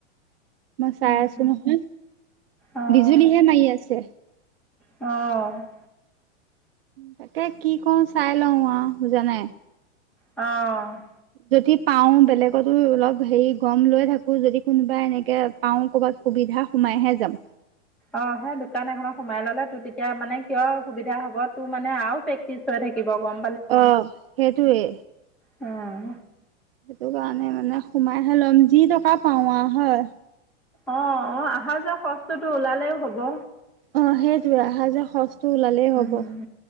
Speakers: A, on the right (about 50°); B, in the centre.
A: মই চাই
B: উম,
A: আছোঁ নহয়,
B: অ'
A: বিজুলীহে মাৰি আছে।
B: অ'।
A: তাকে কি কৰোঁ, চাই লওঁ আহ, বুজানাই?
B: অ'।
A: যদি পাওঁ বেলেগতো অলপ হেৰি গম লৈ থাকোঁ যদি কোনোবা এনেকে পাওঁ কৰ'বাত সুবিধা সোমাইহে যাম।
B: অ', সেই দোকান এখনত সোমাই ললে, তোৰ তেতিয়া মানে কিয় সুবিধা হ'ব, তোৰ মানে আৰু প্ৰেক্টিচ হৈ থাকিব, গম
A: অ', সেইটোৱে।
B: উম।
A: সেইটো কাৰণে মানে সোমাইহে লম, যি টকা পাওঁ আৰু হয়।
B: অ', অ', আহা যোৱা খৰচটো টো ওলালেও হ'ব।
A: অ', সেইটোয়ে আহা যোৱা খৰচটো ওলালেই হ'ব।
B: উম,